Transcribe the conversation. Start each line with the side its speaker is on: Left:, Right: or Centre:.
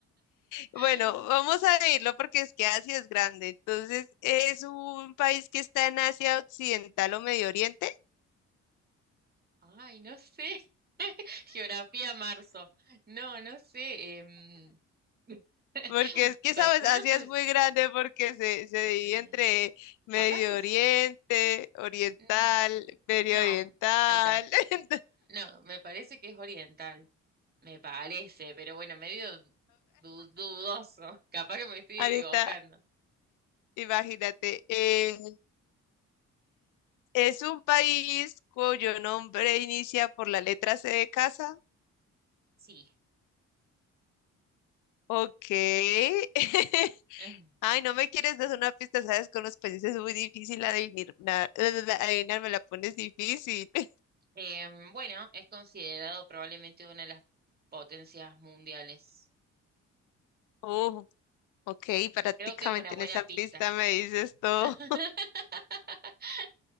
Left: Bueno,
Right: <laughs>
Left: vamos a irlo porque es que Asia es grande. Entonces, es un país que está en Asia Occidental o Medio Oriente,
Right: Ay, no sé. <laughs> Geografía marzo. No, no sé. em, <laughs>
Left: porque es que,
Right: calculo
Left: sabes, Asia
Right: que
Left: es
Right: es-
Left: muy grande porque se, se divide
Right: sí.
Left: entre Medio
Right: Capaz que es.
Left: Oriente, Oriental,
Right: mm,
Left: Medio
Right: No,
Left: Oriental.
Right: ahí está.
Left: <laughs> Entonces,
Right: No, me parece que es oriental. Me parece, pero bueno, medio du- dudoso. <laughs> Capaz que me estoy
Left: ahorita,
Right: equivocando.
Left: imagínate, eh, es un país cuyo nombre inicia por la letra C de casa.
Right: Sí.
Left: Ok. <laughs>
Right: <laughs> Mm.
Left: Ay, no me quieres dar una pista, sabes, con los países es muy difícil adivinar, na- <laughs> adivinar, me la pones difícil. <laughs>
Right: Em, bueno, es considerado probablemente una de las potencias mundiales.
Left: Oh, ok, prácticamente
Right: Creo que es una buena
Left: en esa
Right: pista.
Left: pista me dices todo.
Right: <laughs>